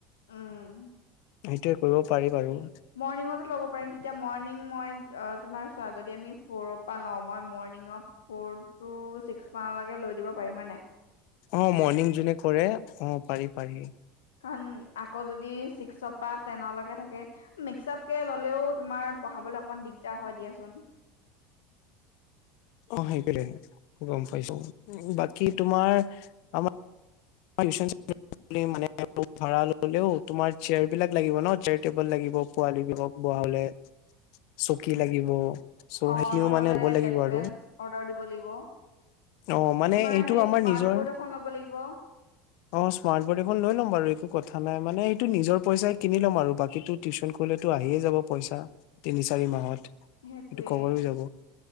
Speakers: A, on the left (about 75°); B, on the left (about 60°).
A: উম।
B: সেইটোৱে কৰিব পাৰি বাৰু।
A: মৰ্ণিঙতো ল'ব পাৰিম। তেতিয়া মৰ্ণিং মই অ তোমাৰ চোৱা যদি আমি ফ'ৰ পা লওঁ। মই মৰ্ণিঙত ফ'ৰ টু ছিক্স মানলৈকে লৈ দিব পাৰিম মানে।
B: অ মৰ্ণিং যোনে কৰে, অ পাৰি পাৰি।
A: কাণ আকৌ যদি ছিক্স পা টেনলৈকে থাকে। মিক্সআপকে ল'লেও তোমাৰ পঢ়াবলে অকমান দিগদাৰ হয় দিয়াচোন।
B: অ সেইটোৱে গম পাইছো। বাকী তোমাৰ, আমাৰ <inaudible> <unintelligible> <unintelligible> মানে ভাড়া ললেও তোমাৰ চেয়াৰ বিলাক লাগিব ন চেয়াৰ টেবল লাগিব পোৱালি বোৰক। বহালে, চকী লাগিব।
A: অ
B: সেইখিনিও
A: নহ'লে
B: মানে ল'ব লাগিব
A: ডেক্ক
B: আৰু
A: বেঞ্চ অৰ্ডাৰ দিব লাগিব।
B: অ মানে
A: তোমাৰ
B: এইটো
A: সেই
B: আমাৰ
A: স্মাৰ্ট
B: নিজৰ
A: বৰ্ড এখন ল'ব লাগিব।
B: অ স্মাৰ্ট বৰ্ড এখন লৈ ল'ম বাৰু একো কথা নাই। মানে এইটো নিজৰ পইচাই কিনি ল'ম আৰু বাকী টো, টিউচন কৰিলেতো আহিয়ে যাব পইচা, তিনি চাৰি মাহত।
A: সেইটোৱেই,
B: সেইটো কভাৰ হৈ যাব